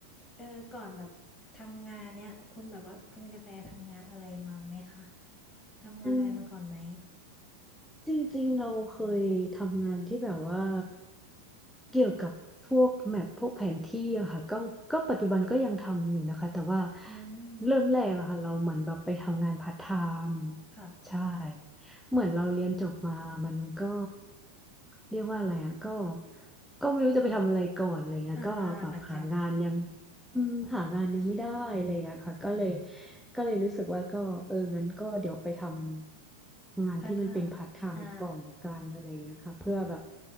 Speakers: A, on the left; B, in the centre.
A: เออก่อนแบบทำงานเนี้ยคุณแบบว่าคุณกระแตทำงานอะไรมาไหมคะทำงานอะไรมาก่อนไหม
B: อืม จริงๆเราเคยทำงานที่แบบว่าเกี่ยวกับพวกแมพพวกแผนที่อะค่ะก็ก็ปัจจุบันก็ยังทำอยู่นะคะแต่ว่า
A: อืม
B: เริ่มแรกอะค่ะเราเหมือนแบบไปทำงานพาร์ทไทม์
A: ค่ะ
B: ใช่เหมือนเราเรียนจบมามันก็เรียกว่าอะไรอะก็ก็ไม่รู้จะไปทำอะไรก่อนอะไรเงี้ยก็แบบหางานยัง
A: อ่าอ่าอ่าเหมือนกัน
B: อืมหางานยังไม่ได้อะไรอย่างเงี้ยค่ะก็เลย ก็เลยรู้สึกว่าก็เอองั้นก็เดี๋ยวไปทำงานที่มันเป็นพาร์ทไทม์ก่อนละกันอะไรอย่างเงี้ยค่ะเพื่อแบบ
A: พาร์ทไทม์อ่า